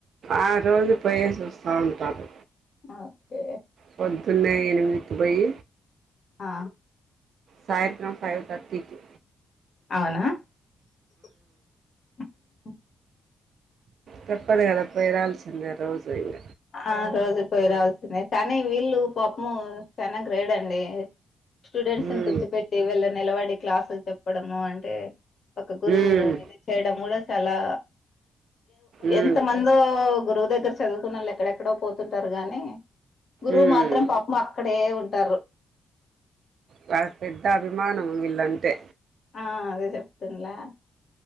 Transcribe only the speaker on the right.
ఆ రోజు పోయేసి వస్తా ఉంటారు.
పొద్దున్నే ఎనిమిదికి పోయి
సాయత్ర్రం ఫైవ్ తర్టీకి
తప్పదు కదా పోయిరావాల్సిందే రోజు ఇక
ఉమ్
ఉమ్
ఉమ్
ఉమ్
వాళ్ళకి పెద్ద అభిమానం వీళ్ళంటే.